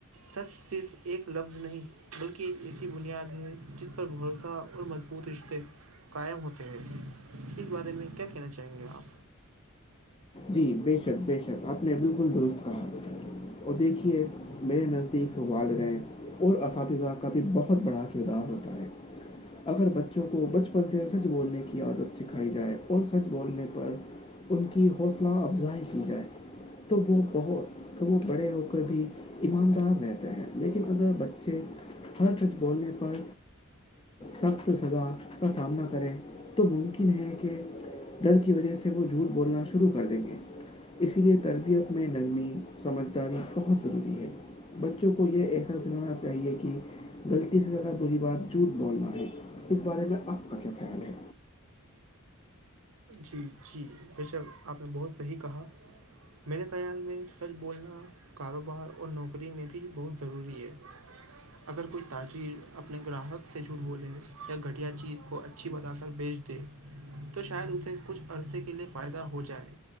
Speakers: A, on the right; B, on the left.
A: سچ صرف ایک لفظ نہیں بلکہ ایک ایسی بنیاد ہے جس پر بھروسہ اور مضبوط رشتے قائم ہوتے ہیں اس بارے میں کیا کہنا چاہیں گے آپ
B: جی بے شک بے شک آپ نے بالکل درست کہا اور دیکھیے میرے نزدیک وال رہے ہیں اور اساتذہ کا بھی بہت بڑا کردار ہوتا ہے اگر بچوں کو بچپن سے سچ بولنے کی عادت سکھائی جائے اور سچ بولنے پر ان کی حوصلہ افزائی کی جائے تو وہ بہت تو وہ بڑے ہو کر بھی ایماندار رہتے ہیں لیکن اگر بچے ہر سچ بولنے پر سخت سزا کا سامنا کریں تو ممکن ہے کہ ڈر کی وجہ سے وہ جھوٹ بولنا شروع کر دیں گے اسی لیے تربیت میں نرمی سمجھداری بہت ضروری ہے بچوں کو یہ ایسا سنانا چاہیے کہ غلطی سے زیادہ بری بات جھوٹ بولنا ہے اس بارے میں آپ کا کیا خیال ہے
A: جی جی بے شک آپ نے بہت صحیح کہا میرے خیال میں سچ بولنا کاروبار اور نوکری میں بھی بہت ضروری ہے اگر کوئی تاجر اپنے گراہک سے جڑ بولے یا گھٹیا چیز کو اچھی بتا کر بیچ د تو شاید اسے کچھ عرصے کے لیے فائدہ ہو جائے